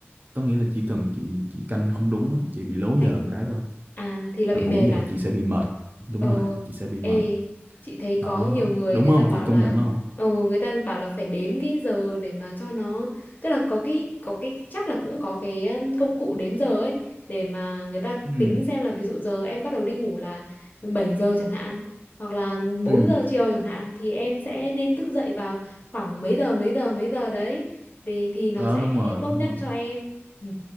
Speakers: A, on the right; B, on the left.
A: có nghĩa là chỉ cần chị chị canh không đúng á, chị bị lố giờ
B: Đánh
A: một cái thôi
B: à thì là bị
A: là ngủ
B: mệt
A: vậy
B: à
A: chị sẽ bị mệt đúng
B: Ờ,
A: rồi chị sẽ bị
B: ê,
A: mệt
B: chị thấy
A: đó
B: có nhiều người
A: đúng
B: người
A: không
B: ta bảo
A: chị công
B: là
A: nhận không
B: ờ, người ta bảo là phải đếm cái giờ để mà cho nó tức là có cái có cái chắc là cũng có cái um, công cụ đếm giờ ấy để mà người ta
A: ừ
B: tính xem là ví dụ giờ em bắt đầu đi ngủ là 7 giờ chẳng hạn hoặc là 4
A: ừ
B: giờ chiều chẳng hạn thì em sẽ nên thức dậy vào khoảng mấy giờ mấy giờ mấy giờ đấy để thì nó
A: đó
B: sẽ
A: đúng rồi
B: tốt
A: đúng
B: nhất
A: rồi
B: cho em. Ừ.